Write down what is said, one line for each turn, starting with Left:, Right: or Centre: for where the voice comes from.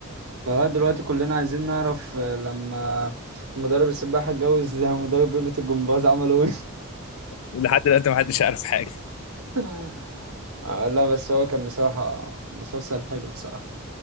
Right: لغايه دلوقتي كلنا عايزين نعرف آه، لما مدرب السباحه اتجوز <laughs> مدرب ريبة الجمباز عملوا ايه
Left: لحد دلوقتي ما حدش يعرف حاجه
Right: <laughs> آه لا بس هو كان بصراحه مسلسل حلو بصراحه